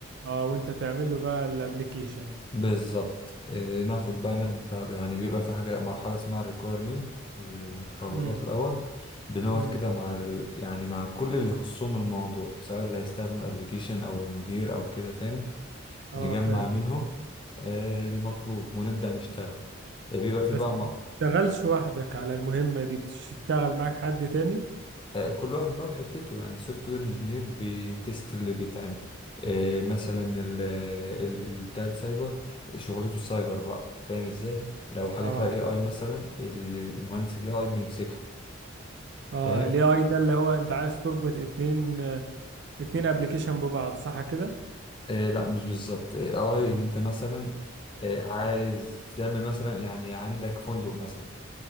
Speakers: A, on the right; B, on the left.
A: اه وانت تعمل له بقى الابليكيشن
B: بالظبط آه، ناخد بقى نفضل يعني بيبقى في حاجه مرحله اسمها ريكويرمنت المتطلبات
A: امم
B: الاول بنقعد
A: امم
B: كده مع ال... يعني مع كل اللي يخصهم الموضوع سواء اللي هيستخدم الابلكيشن او المدير او كده فاهم
A: اه
B: نجمع
A: فاهم
B: منهم آه، المطلوب ونبدأ نشتغل آه، بيبقى
A: بس
B: في بقى م-
A: ما بتشتغلش وحدك على المهمة دي بتشتغل معاك حد تاني
B: آه، كل واحد بقى وحتته يعني السوفت وير انجينير بيتست اللي بيتعمل آه، مثلا ال ال ال- بتاع السايبر شغلته السايبر بقى فاهم ازاي لو حاجة
A: اه
B: فيها اي اي مثلا ال- المهندس الاي اي بيمسكها
A: اه
B: فاهم
A: الاي اي ده اللي هو انت عايز تربط اتنين آه، اتنين ابلكيشن ببعض صح كده
B: آه، لا مش بالظبط اي اي ان انت مثلا آه، عايز تعمل مثلا يعني عندك فندق مثلا